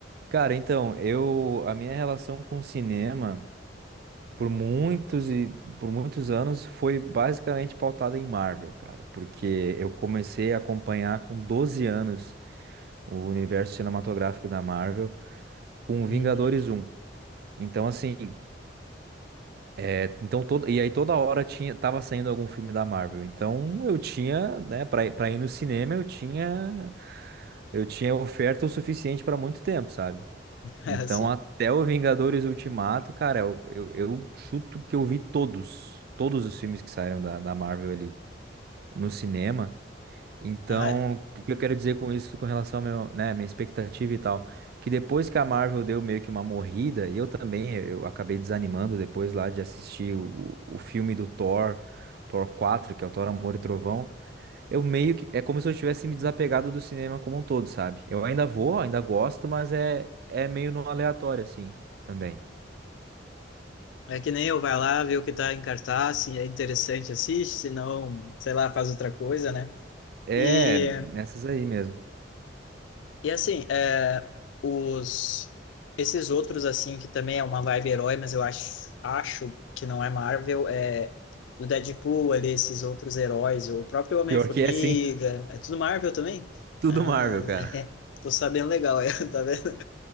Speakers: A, on the right; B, on the left.
A: Cara, então, eu, a minha relação com o cinema. por muitos e por muitos anos foi basicamente pautada em Marvel, cara, porque eu comecei a acompanhar com 12 anos o universo cinematográfico da Marvel com Vingadores
B: Hum.
A: um. Então assim, é, então todo, e aí toda hora tinha tava saindo algum filme da Marvel. Então eu tinha, né, para para ir pra ir no cinema, eu tinha eu tinha oferta o suficiente para muito tempo, sabe?
B: <laughs>
A: Então,
B: É assim.
A: até o Vingadores Ultimato, cara, eu, eu, eu chuto que eu vi todos, todos os filmes que saíram da, da Marvel ali no cinema. Então,
B: Ah, é. Uhum.
A: o que eu quero dizer com isso, com relação ao meu, né, minha expectativa e tal, que depois que a Marvel deu meio que uma morrida, e eu também, eu acabei desanimando depois lá de assistir o, o filme do Thor, Thor 4, que é o Thor Amor e Trovão, eu meio que. É como se eu tivesse me desapegado do cinema como um todo, sabe? Eu ainda vou, ainda gosto, mas é, é meio no aleatório, assim, também.
B: É que nem eu, vai lá, vê o que tá em cartaz, se é interessante, assiste, se não, sei lá, faz outra coisa, né?
A: É,
B: E
A: nessas aí mesmo.
B: E assim, é, os esses outros assim que também é uma vibe herói, mas eu acho acho que não é Marvel, é do Deadpool ali, esses outros heróis, o próprio Homem-Formiga,
A: Pior que é, sim,
B: é tudo Marvel também?
A: <laughs> tudo
B: Ah,
A: Marvel,
B: né?
A: cara.
B: <laughs> Tô sabendo legal, <laughs> eu, tá vendo?